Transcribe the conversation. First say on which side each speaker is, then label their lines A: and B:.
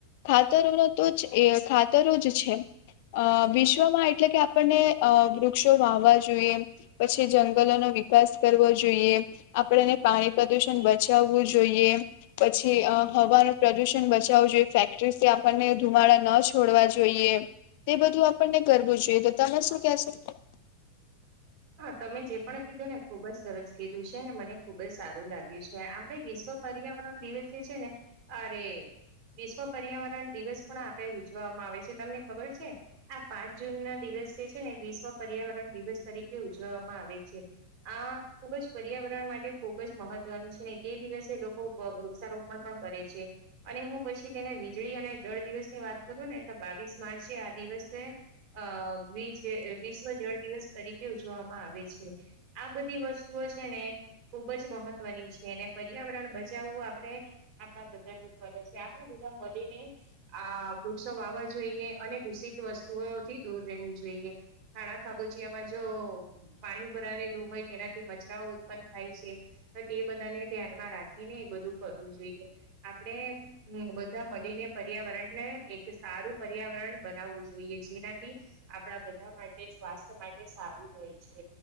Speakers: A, on the left (about 50°); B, on the right (about 40°).
A: ખાતરોનો તોજ એ ખાતરો જ છે. અ વિશ્વમાં એટલે કે આપણને અ વૃક્ષો વાવવા જોઈએ પછી જંગલો નો વિકાસ કરવો જોઈએ આપણને પાણી પ્રદુષણ બચાવવું જોઈએ. પછી હવાનું પ્રદુષણ બચાવવું જોઈએ ફેક્ટરી થી આપણને ધુમાડા ન છોડવા જોઈએ. તે બધું આપણને કરવું જોઈએ તો તમે શું કેશો
B: હા તમે જે પણ કીધું ને ખુબ જ સરસ કીધું છે અને મને ખુબ જ સારું લાગ્યું છે આપણે વિશ્વા પર્યાવરણ દિવસ એ છેને અરે વિશ્વ પર્યાવરણ દિવસ પણ આપણે ઉજવામાં આવે છે. તમને ખબર છે આ પાંચ જૂન ના દિવ દિવસ જે છે ને વિશ્વ પર્યાવરણ દિવસ તરી ઉજવવામાં આવે છે આ ખુબ જ પર્યાવરણ માટે ખુબ જ મહત્વનું છેને તે દિવસ લોકો વૃક્ષારોપણ પણ કરે છે અને હું પછી તેને વીજળી અને જળ દિવસ ની વાત કરું બાવીસ માર્ચે આ દિવસને અ વિજ વિશ્વ જળ દિવસ તરીકે ઉજવામાં આવે છે આ બધી વસ્તુઓ છે ને ખુબ જ મહત્વની છે અને પર્યા પર્યાવરણ બચાવવું આપડણે આપણા બધાની ફરજ છે આપણેે બધા મળીને આ વૃ વ્રુક્ષો વાવા જોઈએ અને દૂષિત વસ્તુઓથી દૂર રહેવું જોઈએ ખાણા ખાબુચીયામાં જ જો પાણી ભરાવે લૂં. હોય તેનાથી બચરાઓ ઉત્પન્ન થાય છે તો તે બધાને ધ્યાનમાં રાખીને એ બધું કરવું જોઈએ. આપણેે બધા મળીને પર્યાવરણ ને એક સારું પર્યાવરણ બનાવવું છે. જોઇએ જેનાથી આપણા બધા માટે સ્વાસ્થ્ય માટે તે સારું હોય છે